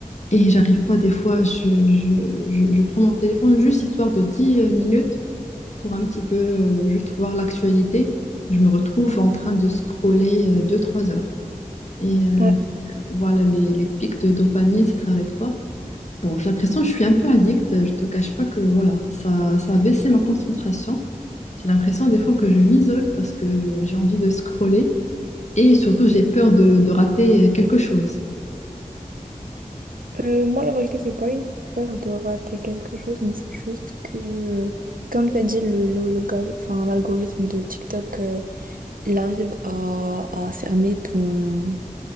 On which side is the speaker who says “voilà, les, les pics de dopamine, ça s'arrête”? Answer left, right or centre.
Left